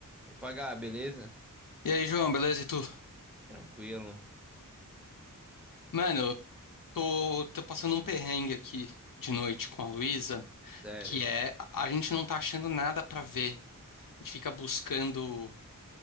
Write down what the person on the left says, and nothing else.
E aí, João, beleza? E tu?
Mano, eu tô, tô passando um perrengue aqui de noite com a Luísa,
que é a gente não tá achando nada pra ver. A gente fica buscando,